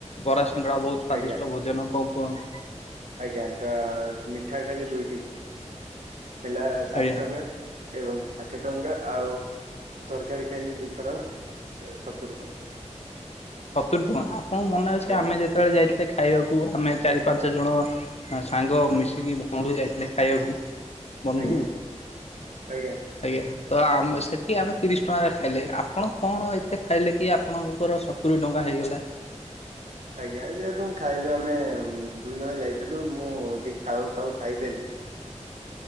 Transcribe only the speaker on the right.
ଆଜ୍ଞା
ଆଜ୍ଞା ତା ମିଠା ଖାଇଲି ଦୁଇଟି ହେଲା ଷାଠିଏ
ଟଙ୍କା। ଏବଂ ଷାଠିଏ ଟଙ୍କା ଆଉ। ତରକାରୀ ଖାଇଲି ଦୁଇଥର ଏ ସତୁରି ଟଙ୍କା।
ଆଜ୍ଞା
ଆଜ୍ଞା ଆଜ୍ଞା
ଆଜ୍ଞା ଯେହେତୁ ଖାଇଲୁ ଆମେ ଦୁଇ ଜଣ ଯାଇଥିଲୁ ମୁଁ ଟିକେ ଖାଉ ଖାଉ ଖାଇଦେଲି।